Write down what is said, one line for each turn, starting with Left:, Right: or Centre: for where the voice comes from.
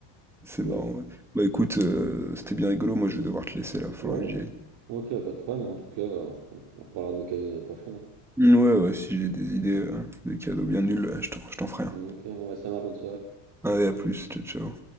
Centre: C'est
Right: Mais
Centre: marrant, ouais. Bah écoute, euh, c'était bien rigolo. Moi, je vais devoir te laisser là. Faudra
Right: ouais,
Centre: que j'y aille.
Right: ok, pas de problème. En tout cas, on, on reparlera de nos cadeaux l'année prochaine. hein.
Centre: Ouais, ouais, si j'ai des idées euh, de cadeaux bien nuls, euh, je t'en je t'en ferai un.
Right: Ok, ouais, ça marche, bonne soirée.
Centre: Allez, à plus. Ciao, ciao.